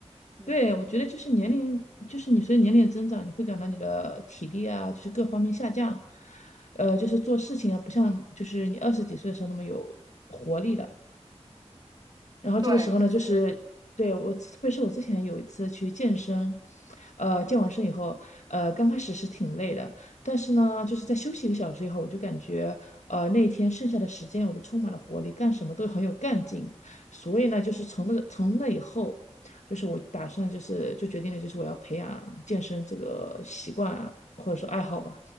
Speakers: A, on the right; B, on the left.
A: 嗯，
B: 对，我觉得就是年龄，就是你随着年龄的增长，你会感到你的体力啊，就是各方面下降，呃，就是做事情啊，不像就是你二十几岁的时候那么有活力了。然后这个时候呢，
A: 对，是，
B: 就是对我，
A: 嗯
B: 特别是我之前有一次去健身，呃，健完身以后，呃，刚开始是挺累的，但是呢，就是在休息一个小时以后，我就感觉，呃，那一天剩下的时间我都充满了活力，干什么都很有干劲。所以呢，就是从那个从那以后，就是我打算就是就决定了，就是我要培养健身这个习惯啊，或者说爱好吧。